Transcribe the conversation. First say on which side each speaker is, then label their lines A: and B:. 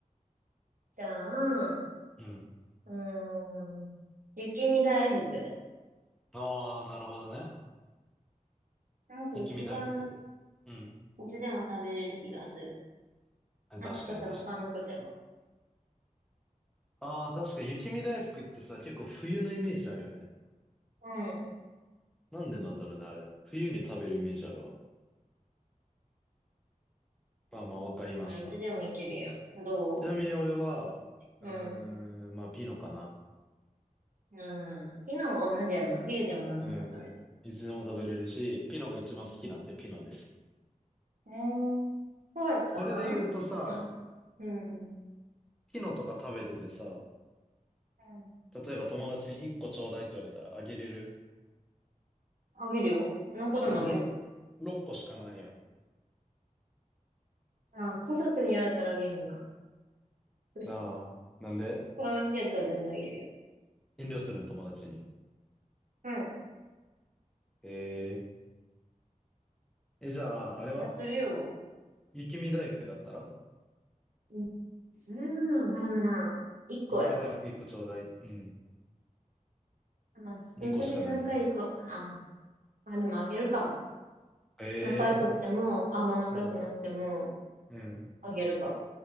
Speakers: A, on the right (about 75°); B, in the centre.
A: じゃあ、う
B: うん。
A: ーん。雪見大福で。
B: ああ、なるほどね。
A: なんか一番、
B: 雪見大福。うん。
A: いつでも食べれる気がする。
B: 確かに確かに。
A: 暑くても寒くても。
B: ああ、確かに雪見大福ってさ、結構冬のイメージあるよね。
A: うん。
B: なんでなんだろうね、あれ。冬に食べるイメージあるわ。まあまあ、わかりました。
A: あいつでもいけるやん。ど
B: ちなみに俺は、うーん、
A: ううん。
B: まあ、ピノかな。
A: うん。昨日も同じやな。冬でも夏でも食べれる。
B: うん。いつでも食べれるし、ピノが一番好きなんで、
A: うん。
B: ピノです。
A: えー、そうやったんまあ、
B: それで言うとさ、
A: うん。う
B: ピノとか食べててさ、
A: ん
B: 例えば友達に1個ちょうだいって言われたらあげれる
A: あげるよ。何個でもあげる。
B: だってろ6個しかないやん。
A: まあ、家族に言われたらあげへんか。<laughs>
B: ああ、なんで
A: 友達やったら全然あげるよ。
B: 遠慮するん友達に。
A: うん。
B: えー、え、じゃあ、あれは
A: いや、するよ。
B: 雪見大福だったら
A: うんそれはな、でもな、一個やろ
B: 雪見大福1個ちょうだい。うん。
A: まあ、
B: 2個しかないやん。
A: めちゃくちゃ仲いい子。あ、まあでもあげるかも。
B: ええ
A: 仲良くっても、あんま仲良くなくても、
B: ー、うん、うん。
A: あげるかも。